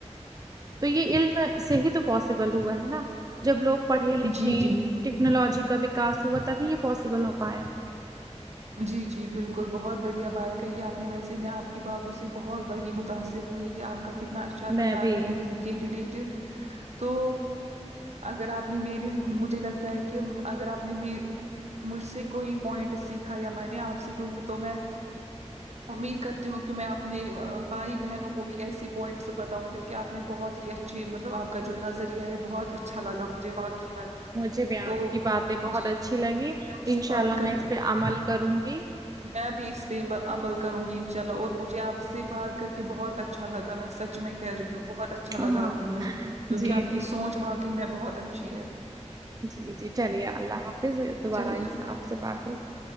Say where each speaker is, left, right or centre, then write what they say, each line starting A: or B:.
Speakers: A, on the right; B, on the right.
A: تو یہ علم سے ہی تو پاسبل ہوا ہے نا جب لوگ پڑھے
B: نے
A: لکھے
B: جی جی
A: ٹیکنالوجی کا وکس ہوا تبھی یہ پاسبل ہو پایا
B: جی جی بالکل بہت بڑھیا بات کہی آپ نے ویسے میں آپ کی باتوں سے بہت بڑی متاثر ہوئی کہ آپ کا کتنا اچھا خیال
A: میں بھی
B: ہے علم کے ریلیٹڈ تو اگر آپ نے میری مجھے لگتا ہے کہ اگر آپ نے مجھ سے کوئی پوائنٹ سیکھا یا میں نے آپ سے کوئی تو میں امید کرتی ہوں کہ میں اپنے بھائی بہنوں کو بھی ایسے پوائنٹس بتاؤں کیونکہ آپ نے بہت ہی اچھا اچ مطلب آپ کا جو نظریہ ہے بہت اچھا لگا مجھے باقی میں
A: مجھے بھی آپ
B: تو
A: کی باتیں بہت
B: جی
A: اچھی لگی
B: آپ سے
A: انشاء
B: بات
A: اللہ
B: کر
A: میں اس پہ عمل کروں گی
B: میں بھی اس پہ عمل کروں گی انشاء اللہ اور مجھے آپ سے بات کر کے بہت اچھا اچھا لگا میں سچ میں کہہ رہی ہوں بہت اچھا اچھا
A: ہاں
B: لگا آپ کو مجھے کیونکہ
A: جی
B: آپ کی
A: جی
B: سوچ واقعی میں بہت اچھی ہے
A: جی جی چلیے اللہ حافظ دوبار
B: چلیے
A: آ
B: اللہ حافظ
A: آپ سے بات ہوگی